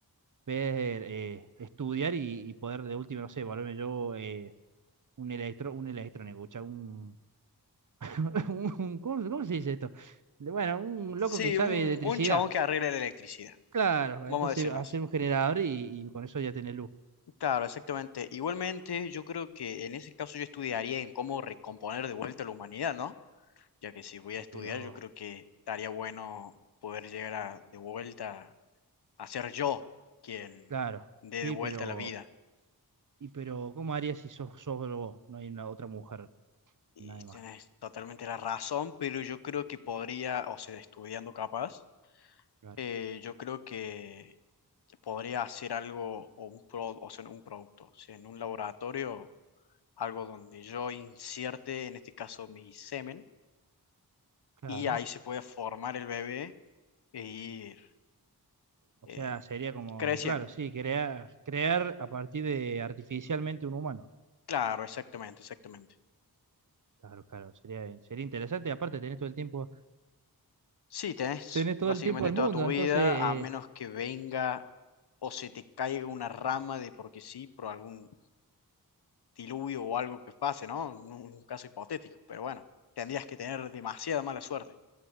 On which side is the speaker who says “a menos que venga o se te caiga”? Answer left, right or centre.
Left